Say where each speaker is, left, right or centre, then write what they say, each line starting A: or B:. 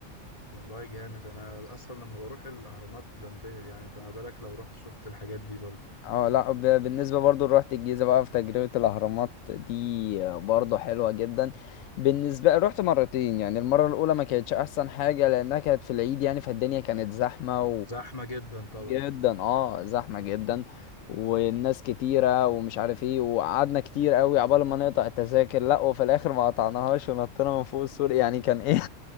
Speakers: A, on the left; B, on the left.
A: والله جامد انا اصلا لما بروح الاهرامات بنبهر يعني فما بالك لو رحت شفت الحاجات دي برضه
B: اه لا ب- بالنسبة برضو روحت الجيزة بقى في تجربة الأهرامات دي آه، برضو حلوة جدا بالنسبة رحت مرتين يعني المرة الأولى ما كانتش أحسن حاجة لأنها كانت في العيد يعني فالدنيا كانت زحمة
A: زحمه جدا طبعا
B: جدا اه زحمة جدا والناس كتيرة ومش عارف ايه وقعدنا كتير قوي عبال ما نقطع التذاكر لا وفي الاخر ما قطعناهاش ونطينا من فوق السور يعني كان ايه <laughs>